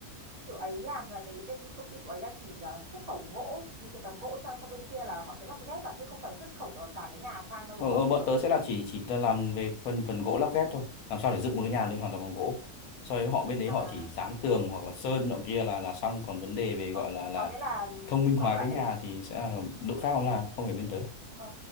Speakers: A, on the right; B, on the left.
A: kiểu ấy làm là cái bên công ty của ấy là chỉ là xuất khẩu gỗ những cái tấm gỗ sang sang bên kia là họ sẽ lắp ghép à chứ không phải là xuất khẩu ờ, cả cái nhà sang đâu
B: Ờ,
A: đúng không
B: ờ, bọn tớ sẽ là chỉ chỉ làm về phần phần gỗ lắp ghép thôi làm sao để dựng một cái nhà lên hoàn toàn bằng gỗ sau đấy họ bên đấy
A: à
B: họ chỉ dán tường hoặc là sơn nọ kia là là xong còn vấn đề về
A: còn
B: gọi là là
A: có nghĩa là
B: thông minh hóa
A: có nghĩa là
B: cái
A: ấy
B: nhà thì sẽ là đội khác nó làm không phải bên tớ
A: Ờ,